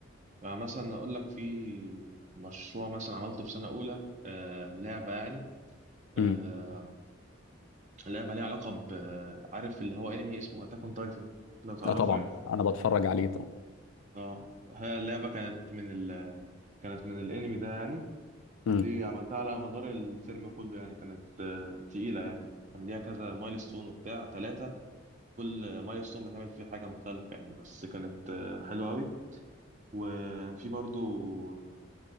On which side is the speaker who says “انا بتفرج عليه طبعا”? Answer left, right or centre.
Left